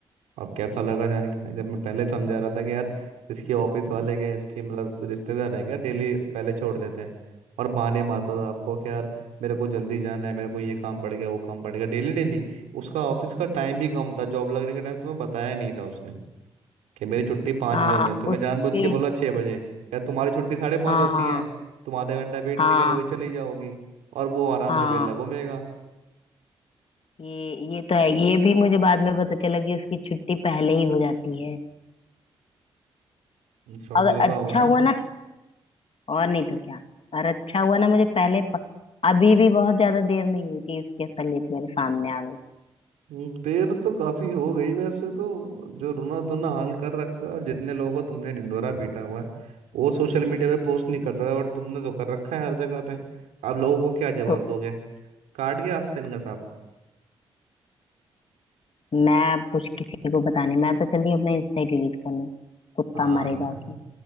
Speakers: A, on the right; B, on the left.
A: अब कैसा लगा जान के जब मैं पहले समझा रहा था कि यार इसके ऑफिस वाले क्या इसके मतलब रिश्तेदार हैं क्या डेली पहले छोड़ देते हैं और बहाने मारता था आपको कि यार मेरे को जल्दी जाना है मेरे को ये काम पड़ गया वो काम पड़ गया डेली डेली उसका ऑफिस का टाइम भी कम था जॉब लगने का टाइम तुम्हें बताया ही नहीं था उसने कि मेरी छुट्टी पाँच
B: हाँ
A: बजे होने है। तुम्हें
B: उसके
A: जानबूझ के बोला छः बजे क्या तुम्हारी छुट्टी साढ़े पाँच
B: हाँ
A: होती है तुम आधा घंटा वेट
B: हाँ
A: नहीं करोगे चली जाओगी और वो आराम
B: हाँ
A: से बेल लगो मेगा
B: ये ये तो है ये भी मुझे बाद में पता चला कि उसकी छुट्टी पहले ही हो जाती है
A: शौक
B: अगर
A: लगा
B: अच्छा
A: होगा
B: हुआ
A: ना
B: ना और नहीं तो क्या और अच्छा हुआ ना मुझे पहले प, अभी भी बहुत ज्यादा देर नहीं हुई थी उसकी असलियत मेरे सामने आ गई
A: हम्म, देर तो काफी हो गई वैसे तो जो रोना धोना हाल कर रखा है और जितने लोगों को तुमने ढिंढोरा पीटा हुआ है वो सोशल मीडिया पे पोस्ट नहीं करता था बट तुमने तो कर रखा है हर जगह पे अब लोगों को क्या जवाब
B: तो
A: दोगे काट गया आस्तीन का सांप
B: मैं अब कुछ किसी को बतानी मैं तो चल रही हूँ अपना इंस्टा डिलीट करने कुत्ता
A: हाँ
B: मरे जाके